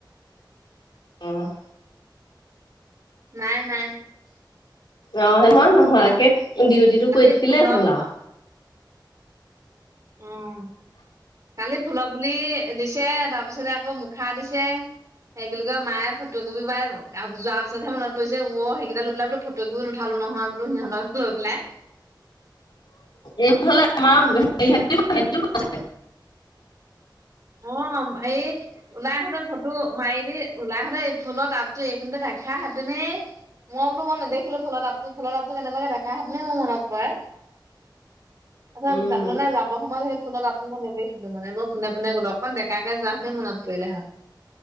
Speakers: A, on the left (about 70°); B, on the right (about 45°).
A: অহ
B: নাই, নাই।
A: অ, হেন হ নোহোৱাকে ডিউটিটো
B: কালি
A: কৰি থাকিলেই
B: ফুলৰ
A: হ'ল আৰু
B: উম কালি ফুলৰ পুলি দিছে, তাৰপিছতে আকৌ মুখা দিছে সেইগিল কে মায়ে ফটকপি বাই যোৱাৰ পিছতহে মনত পৰিছে সেইকেইটা লৈ পেলাই বোলো ফটকপি নুঠালো নহয় বোলো সিহঁতক লৈ পেলাই
A: এইৰ হলে আমাৰ হেৰি সেতি সেতিও <unintelligible>
B: অ এই ওলাই আহোতে ফটো মাৰিবি ওলাই আহোতে ফুলৰ তাঁবতো এইখিনতে দেখা হেতেনেই মই বোলো মই নেদেখিলো ফুলৰ তাঁতটো ফুলৰ তাঁবটো কেনেবাকে দেখা হতেনেই মোৰ মনত পৰে তাছত
A: উম
B: যাননে যাব সময়ত সেইট ফুলৰ তাবটো মই নেদেখিলোঁ মানে মই পোনে- পোনে গ'লো অকণ বেকাকে যোৱা হেতেন মনত পৰিলে হয়।